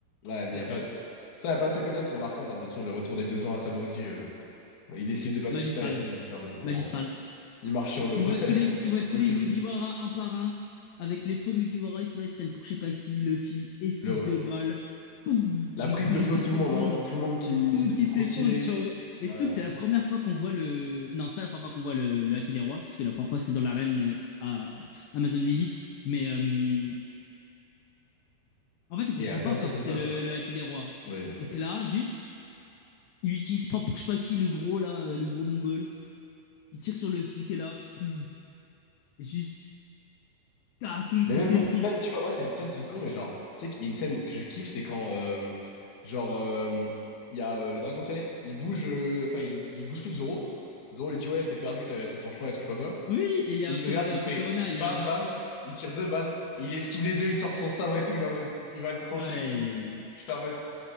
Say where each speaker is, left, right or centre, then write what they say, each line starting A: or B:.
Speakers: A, on the left; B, on the left.
A: Ouais, mais
B: wesh.
A: il y a plein, ça, il y a plein de scènes comme ça qui sont marquantes, un peu de son, le retour des deux ans à Sabaody, euh, il esquive de Pacista
B: Magistral.
A: et tout, t'es en mode, bon,
B: Magistral.
A: il marche sur l'eau,
B: Tu vois
A: <laughs>
B: tous
A: c'est
B: les, tu vois
A: impossible.
B: tous les Mugiwara un par un. Avec les faux Mugiwara, ils sont là, ils se prennent pour je sais pas qui. Luffy, esquive
A: Le,
B: de balles. Poum,
A: la prise
B: tout
A: de
B: le
A: flot
B: monde qui
A: de tout
B: s'effondre.
A: le monde, hein, tout le monde qui,
B: Tout
A: qui
B: le monde
A: devient
B: qui
A: trop
B: s'effondre.
A: stylé.
B: tu vois. Et
A: Ouais.
B: surtout que c'est la première fois qu'on voit le. Non, c'est pas la première fois qu'on voit le, le Haki des Rois. Parce que la première fois, c'est dans l'arène euh, à Amazon Lily. Mais euh, En fait, on comprend
A: Et il y a plein
B: pas
A: de
B: encore
A: scènes comme
B: que
A: ça,
B: c'est le, le Haki des rois.
A: oui.
B: Et t'es là, juste, il utilise pas pour je sais pas qui, le gros là, euh, le gros mongol. Il tire sur le flic et là, pouf, juste, ah, tout
A: Mais
B: qui
A: même,
B: s'effondre.
A: même, tu vois, moi, c'est des scènes tout con, mais genre, tu sais qu'il y a une scène que je kiffe, c'est quand, euh, genre, euh, il y a euh, le dragon céleste, il bouge, euh, enfin, il, il bouscule Zoro. Zoro lui dit, ouais, t'es perdu, t'as tué ton chemin et tout, je sais pas quoi.
B: Oui, et il y a
A: Et il
B: Pero-
A: regarde,
B: euh,
A: il fait
B: pas Perona,
A: bam
B: il y a.
A: bam, il tire deux balles, et il esquive les deux, il sort son sabre et tout, il est en mode, il va le trancher
B: Ouais.
A: et tout. J'étais en mode.